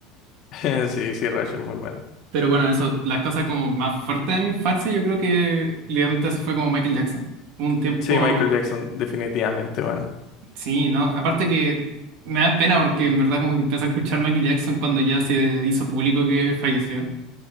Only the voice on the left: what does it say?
<laughs> Sí, sí, Rush es muy bueno.
Sí, Michael Jackson, definitivamente, man.